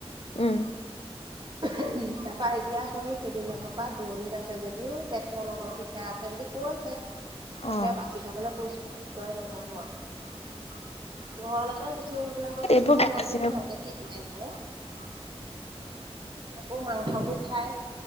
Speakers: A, on the left; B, on the right.
A: উম
B: তাৰপা এতিয়া সৈ কেইদিনাকৰ পৰা দূৰণিত আছে যদিও পেট এটিৱাও অলপ অলপ বিষাই আছে বুলি কৈছে। তাকে
A: অ',
B: বাচি খাবলৈ কৈছোঁ কি কৰে নাজানো আৰু। ঘৰলৈকে গুচি আহিবলৈ কৈছো
A: এইবোৰ
B: বোলো অলপ
A: বাচি
B: দিন ঘৰতে ট্ৰিটমেন্ট কৰ। আকৌ মাংসতটো খাই।